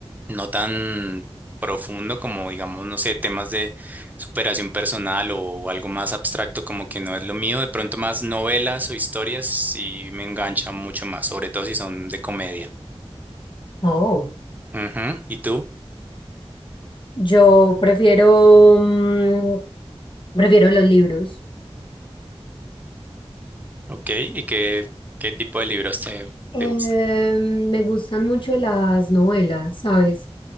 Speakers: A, on the right (about 15°); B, on the left (about 55°).
A: no tan profundo como, digamos, no sé, temas de superación personal o algo más abstracto como que no es lo mío, de pronto más novelas o historias sí me engancha mucho más, sobre todo si son de comedia.
B: Oh,
A: Ujú, ¿Y tú?
B: Yo prefiero, mm, prefiero los libros.
A: Ok, ¿y qué, qué tipo de libros te,
B: Eh,
A: te gustan?
B: me gustan mucho las novelas, ¿sabes?